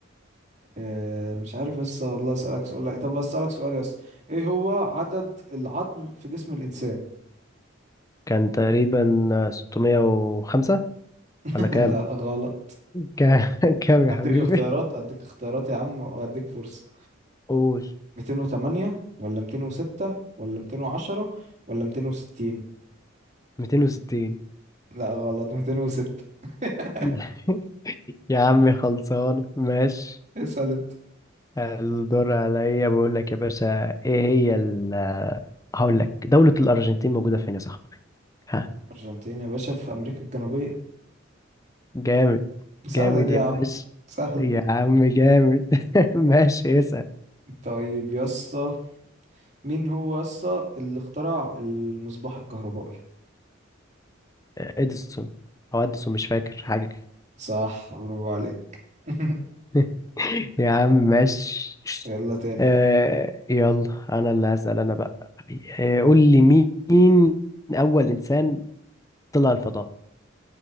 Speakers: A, on the right; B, on the left.
A: آه، مش عارف بس والله اسالك سؤال لك طب اسالك سؤال يا اسطى ايه هو عدد العظم في جسم الانسان
B: كان تقريبا 605
A: <laughs>
B: ولا كام؟
A: لا غلط
B: كام <laughs> كام
A: اديك
B: يا حبيبي؟
A: اختيارات اديك اختيارات يا عم واديك فرصة
B: قول
A: 208 ولا 206 ولا 210 ولا 260
B: 260
A: لا غلط 206 <laughs>
B: <laughs> يا عم خلصان ماشي
A: اسال انت
B: الدور عليا بقول لك يا باشا ايه هي ال آه، هقول لك دولة الأرجنتين موجودة فين يا صاحبي ها
A: ارجنتين يا باشا في امريكا الجنوبية
B: جامد
A: سهلة
B: جامد
A: دي يا
B: يا باشا
A: عم سهل
B: يا عم جامد <laughs> ماشي اسأل
A: طيب يا اسطى مين هو يا اسطى اللي اخترع المصباح الكهربائي
B: اديسون او اديسون مش فاكر حاجة كده
A: صح برافو عليك <laughs>
B: <laughs> يا عم ماشي
A: يلا تاني
B: آه يلا انا اللي هسأل انا بقى آه قول لي مين اول انسان طلع الفضاء